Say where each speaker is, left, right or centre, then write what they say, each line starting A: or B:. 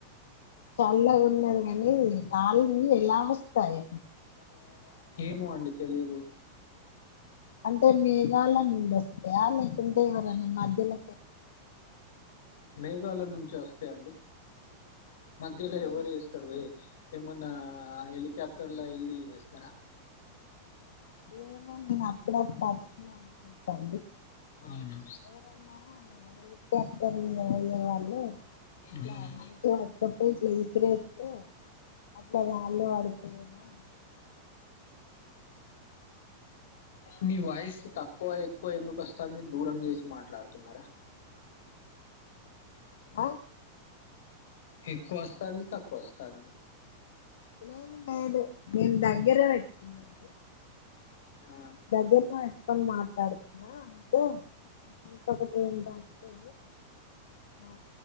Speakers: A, on the left; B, on the left.
A: చల్లగ ఉన్నది గనీ రాళ్ళు ఎలా వస్తాయే
B: ఓ ఏమో అండి తెలిదు
A: అంటే మేఘాల నుండొస్తాయా లేకుంటే ఎవరన్నా మధ్యలోకె
B: మేఘాల నుంచే వస్తాయండి మధ్యలో
A: అంటే
B: ఎవరు ఎస్తరుయే ఏమన్నా ఆహ్ హెలికాప్టర్లో ఎళ్ళి ఎస్తర
A: ఏమో నేను అప్పుడ పర్చిందా అనుకుంటాండి
B: అవునా
A: ఎవరన్నా ఎళ్ళి కాప్టర్లు మీద పోయేవాళ్ళు ఇట్లా
B: ఉమ్.
A: మంచిగ ఓ పొట్టి ఇట్లా ఇసిరేస్తే అట్లా రాళ్ళు వడతాయ్ ఏమో.
B: మీ వాయిస్
A: అట్లా
B: తక్కువయ్ కొ ఎందుకస్ తంది దూరం జేసి మాట్లాడ తున్నార
A: అహ్
B: ఎక్కువస్తంది తక్కువస్తంది.
A: లేదు లేదు నేన్ దగ్గరే బెట్టుకున్నాను
B: ఆ
A: దగ్గిర్మోయ్ త్తం మాట్లాడుతున్నా అయితే ఇంకొకటి ఏంటి అంటే ఆ